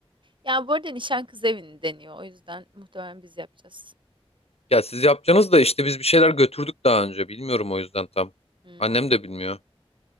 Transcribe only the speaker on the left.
Ya siz yapacaksınız da işte biz bir şeyler götürdük daha önce. Bilmiyorum o yüzden tam.
Annem de bilmiyor.